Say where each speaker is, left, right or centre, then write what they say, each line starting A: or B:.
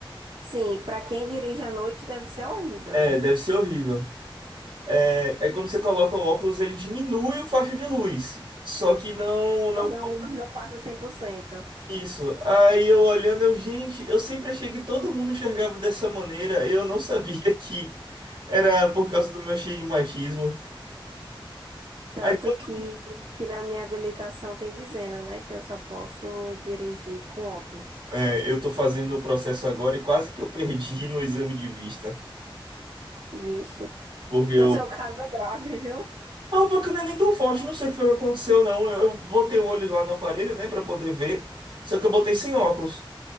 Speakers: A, on the right; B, on the right.
A: Sim, para quem dirige à noite deve ser horrível.
B: É, deve ser horrível. É, aí quando você coloca o óculos, ele diminui o faixa de luz. Só que não,
A: Mas
B: não
A: não, mas não passa 100%.
B: isso. Aí eu olhando, eu, gente, eu sempre achei que todo mundo enxergava dessa maneira. Eu não sabia que era por causa do meu astigmatismo.
A: Tanto
B: Aí quando-
A: que, que na minha habilitação tem dizendo, né, que eu só posso dirigir com óculos.
B: é, eu tô fazendo o processo agora e quase que eu perdi <laughs> no exame de vista.
A: Vixe.
B: Porque
A: Então,
B: eu.
A: seu caso é grave, viu?
B: Não, porque não é nem tão forte, não sei o que foi que aconteceu, não. Eu botei o olho lá no aparelho, né, pra poder ver. Só que eu botei sem óculos.